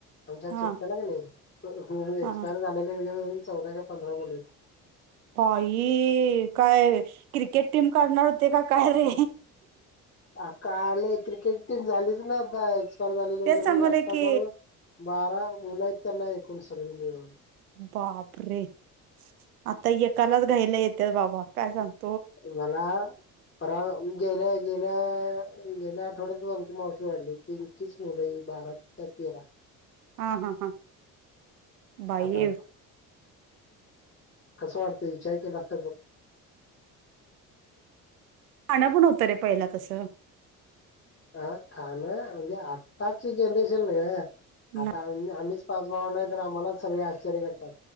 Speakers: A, on the left; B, on the right.
A: आमच्यात
B: हा
A: चुलता ना की नाही एक्सपायर
B: हा
A: झाला. मला एक धरुन चौदा काय पंधरा मुलं आहेत.
B: बाई, काय क्रिकेट टीम काढणार होते का काय रे?
A: अ काल क्रिकेट टीम झालीच ना आता एक्सपायर झालेली वगैरे
B: तेच सांगले
A: म्हणजे आत्ता
B: की
A: जाऊ ना बारा मुल आहेत त्यांना एकूण सगळी मिळून.
B: बापरे आता एकालाच घाईला येतंय बाबा, काय सांगु.
A: मला फराळ गेल्या गेल्या, गेल्या आठवड्यात आमची मावशी वारली, त्यांचीच पोरं ही बारा. त्यात तेरा.
B: हा हा हा, बाई
A: आता कसं वाटतं विचार केलास तर मग.
B: खाण पण होतं रे पहिला तसं.
A: हा, खाणं म्हणजे आत्ताची जनरेशन ग
B: नाही
A: आता आम्हीच. पाच भाव नाही तर आम्हानाच सगळे आश्चर्य करतात.